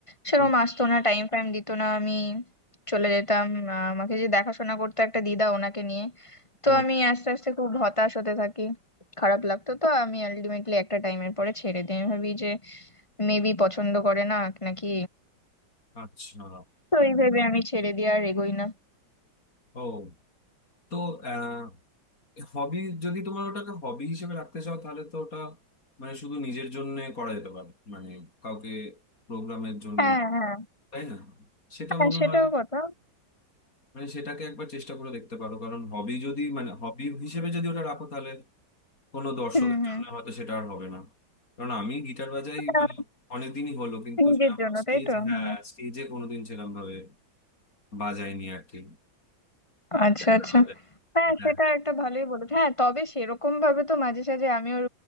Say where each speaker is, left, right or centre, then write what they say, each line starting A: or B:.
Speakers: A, on the left (about 20°); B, on the left (about 45°).
A: সেরকম
B: হুম
A: আসতো না টাইম ফাইম দিত না আমি চলে যেতাম আহ, আমাকে যে দেখাশোনা করতো একটা দিদা ওনাকে নিয়ে তো
B: হুম
A: আমি আস্তে আস্তে খুব হতাশ হতে থাকি খারাপ লাগতো তো আমি আলটিমেটলি একটা টাইমের পরে ছেড়ে দিই আমি ভাবি যে মেবি পছন্দ করে না নাকি
B: আচ্ছা
A: তো এই ভেবে আমি ছেড়ে দিয়ে আর এগোই না
B: ও তো আহ হবি যদি তোমার ওটাকে হবি হিসেবে রাখতে চাও তাহলে তো ওটা মানে শুধু নিজের জন্য করা যেতে পারে মানে কাউকে প্রোগ্রামের জন্য
A: হ্যাঁ
B: না
A: হ্যাঁ
B: তাই না সেটা
A: হ্যাঁ
B: মনে
A: সেটাও
B: হয়
A: কথা
B: মানে সেটাকে একবার চেষ্টা করে দেখতে পারো কারণ হবি যদি মানে হবি হিসেবে যদি ওটা রাখো তাহলে কোনো দর্শকের
A: হুম হুম
B: জন্য হয়তো সেটা আর হবে না কারণ আমি গিটার বাজাই
A: আহ,
B: মানে অনেকদিনই হলো কিন্তু
A: নিজের
B: সেরকম
A: জন্য
B: স্টেজে
A: তাই তো
B: হ্যাঁ
A: হুম
B: স্টেজে কোনোদিন সেরকম ভাবে বাজাইনি আর কি
A: আচ্ছা
B: একটা
A: আচ্ছা
B: বাজাই।
A: হ্যাঁ
B: হ্যাঁ
A: সেটা একটা ভালোই বলেছে হ্যাঁ তবে সেরকম ভাবে তো মাঝে সাঝে আমি ওর